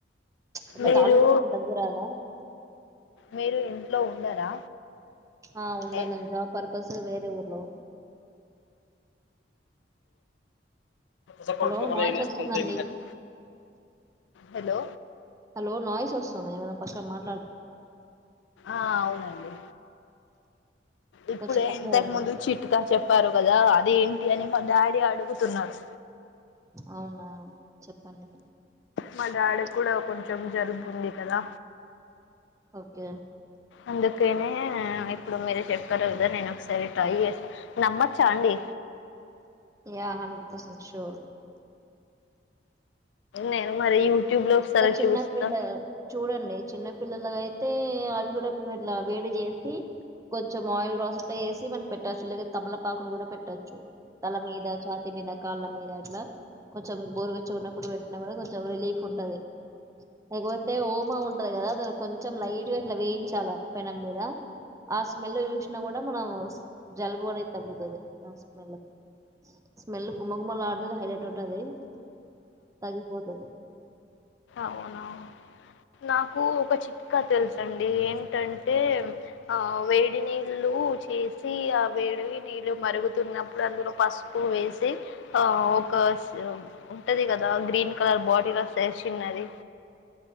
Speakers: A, on the right; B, on the left.
A: ఇట్లా
B: మీరు
A: తాలీంపేస్తే దగ్గురాదా.
B: మీరు ఇంట్లో ఉండరా.
A: ఆ ఉండ
B: ఎయ్.
A: మేము జాబ్ పర్పస్ వేరే ఊర్లో
B: సపోజ్
A: హలో
B: ఒక
A: నాయిస్
B: లైన్ ఏసుకొని
A: వస్తుందండి
B: <unintelligible> హలో.
A: హలో నాయిస్ వస్తుంది ఏమన్నా పక్కన మాట్.
B: ఆహ్ అవునండి. ఇప్పుడే
A: కొంచెం పక్కకు
B: ఇంతకు
A: రండి
B: ముందు చిట్కా చెప్పారు కదా అది ఏంట్. చిట్కా అని మా డాడీ అడుగుతున్నారు.
A: అవునా చెప్పండి.
B: మా డాడీకి కూడా కొంచెం జలుబు ఉంది కదా.
A: ఓకే.
B: అందుకనే ఇప్పుడు మీరు చెప్పారు కదా నేను ఒకసారి ట్రై చేస్తాను నమ్మచ్చా అండి.
A: Yeah hundred percent sure.
B: నేను మరి. యూట్యూబ్ లో ఒకసారి
A: ఇంకా చిన్న
B: చూస్తా
A: పిల్ల చూడండి. చిన్న పిల్లలుగా అయితే అవి కూడా ఇట్లా వేడి చేసి. కొంచెం ఆయిల్ రాసి ఇట్లా ఏసి మనం పెట్టొచ్చు. లేకపొతే తమలపాకులు కూడా పెట్టొచ్చు. తల మీద ఛాతి మీద. కాళ్ళ మీద అట్లా కొంచెం గోరు వెచ్చిగున్నపుడు పెట్న కూడా కొంచెం రిలీఫ్ ఉంటది. లేకపోతే ఓమా ఉంటది కదా దాని కొంచెం లైట్ గ ఇట్లా వేయించాలా పెనం మీద. ఆ స్మెల్ చూసినా కూడా మనం జలుబు అనేది తగ్గుతది ఆ స్మెల్. స్మెల్ గుమ్మగుమ్మలడుతది హైలైట్ ఉంటది తగ్గిపోతది.
B: అవునా నాకు ఒక చిట్కా. ఇంకా తెలుసండి ఏంటంటే ఆ వేడి నీళ్ళు చేసి ఆ వెడ్. వేడి నీళ్ళు మరుగుతున్నప్పుడు అందులో పసుపు వేసి ఆ ఒక సూ. ఉట్టది కదా గ్రీన్ కలర్ బాటిలోస్తది చిన్నది.